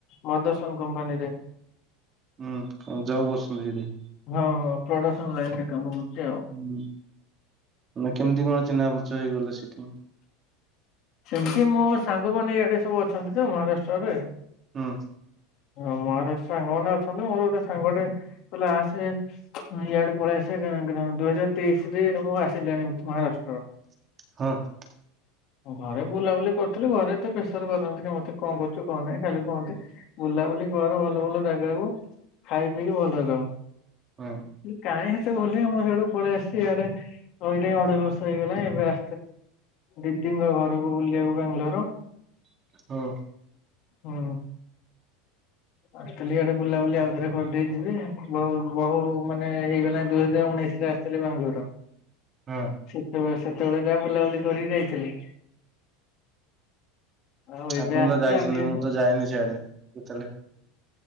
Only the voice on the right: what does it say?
ହୁଁ କଣ ଯାଉ ବସିଛନ୍ତି ସେଇଠି?
ହୁଁ ମାନେ କେମିତି କଣ ଚିହ୍ନା ପରିଚୟ ହେଇଗଲେ ସେଠି?
ହୁଁ।
<unintelligible>
ହଁ।
ହଁ।
ହଁ।
ଆପଣ
ତ ଯାଇଛନ୍ତି
ମୁଁ ତ ଯାଇନି ସେଆଡ଼େ ଯେତେବେଳେ